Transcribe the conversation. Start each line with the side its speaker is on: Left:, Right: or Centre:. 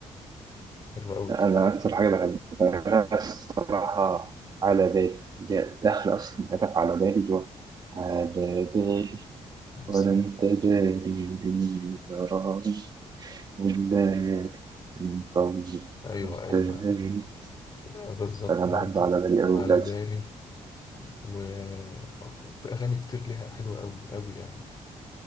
Left: حلوة أوي
Right: أنا أكثر حاجة بحبها الصراحة على بالي جاء داخل أصلا كتب على بالي جوا على بالي
Left: بالظبط
Right: ولا أنت جاري بني جراري والليالي مطول
Left: ايوه
Right: قلت
Left: ايوه
Right: لي
Left: بالظبط
Right: أنا بحب
Left: برضه
Right: على بالي أوي
Left: على
Right: بتاعتي
Left: بالي و- وفي اغاني كتير ليها حلوة أوي أوي يعني